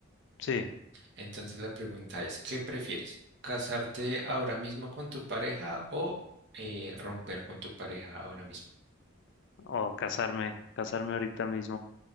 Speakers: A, on the left; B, on the right.
A: Sí.
B: Entonces la pregunta es, ¿qué prefieres? ¿Casarte ahora mismo con tu pareja o eh, romper con tu pareja ahora mismo?
A: O casarme, casarme ahorita mismo.